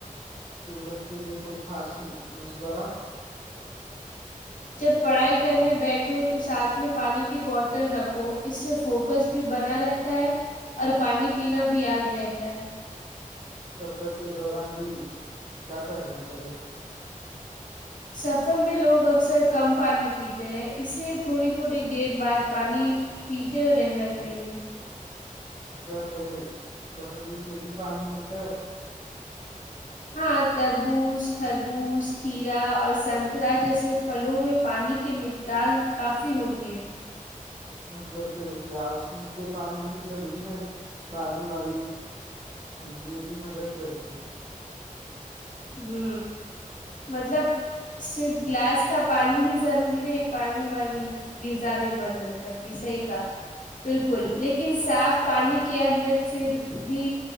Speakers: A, on the right (about 30°); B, on the left (about 70°).
A: سویڈن کے لیے کوئی خاص مشورہ
B: جب پڑھائی کرنے بیٹھو تو ساتھ میں پانی کی بوتل رکھو اس سے فوکس بھی بنا رہتا ہے اور پانی پینا بھی یاد رہتا ہے
A: سفر کے دوران بھی کیا کرنا چاہیے
B: سفر میں لوگ اکثر کم پانی پیتے ہیں اس لیئے تھوڑی تھوڑی دیر بعد پانی پیتے ہو رہنا چاہیے
A: کیا پ پہلو سے بھی پانی ملتا ہے
B: ہاں تربوز خربوز کھیرا اور سنترہ جیسے پھلوں میں پانی کی مقدار کافی ہوتی ہے
A: مطلب صرف گلاس کے پانی ہی ضرور نہیں پانی والی چیزیں بھی مدد کرتی
B: ہ مطلب صرف گلاس کا پانی ہی ضروری نہیں پانی والی غذا بھی مدد کرتی صحیح کہا بالکل لیکن صاف پانی کی اہمیت پھر بھی